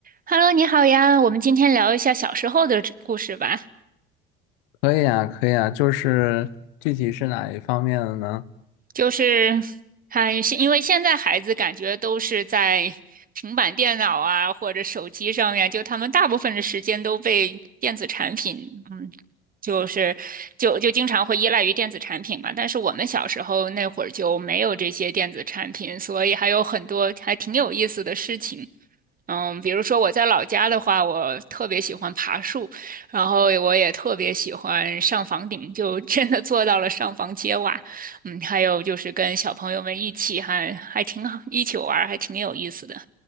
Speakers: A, on the right; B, on the left.
A: Hello，你好呀，我们今天聊一下小时候的这故事吧。
B: 可以啊，可以啊，就是具体是哪一方面的呢？
A: 就是还现因为现在孩子感觉都是在平板电脑啊或者手机上面，就他们大部分的时间都被电子产品，嗯，就是就就经常会依赖于电子产品嘛。但是我们小时候那会儿就没有这些电子产品，所以还有很多还挺有意思的事情。嗯，比如说我在老家的话，我特别喜欢爬树，然后我也特别喜欢上房顶，就真的做到了上房揭瓦。嗯，还有就是跟小朋友们一起还还挺好，一起玩儿还挺有意思的。